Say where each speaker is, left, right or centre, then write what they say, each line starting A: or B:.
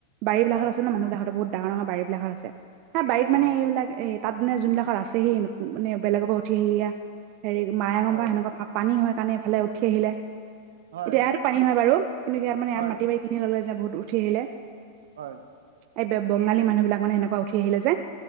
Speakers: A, on the right; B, on the right.
A: বাৰীবিলাকত
B: হয়
A: আছে ন মানুহদেহত বহত ডাঙৰ ডাঙৰ বাৰীবিলাকত আছে হা বাৰীত
B: অ
A: মান এইবিলাক এ তাত মানে যোনবিলাকত আছেহি মানে বেলেগৰ পৰা উঠি আহি এয়া হেৰি মায়েঙ
B: হয়
A: বা সেনেকুৱা পানী হয় সেইকাৰণে এইফালে উঠি আহিলে।
B: হয়
A: এতিয়া ইয়াতো পানী হয় বাৰু। কিন্তু ইয়াত মানে
B: হয়
A: মা কলেযে বহুত উঠি আহিলে
B: হয়।
A: এই বঙালী মানুহ বিলাক মানে সেনেকুৱা উঠি আহিলে যে।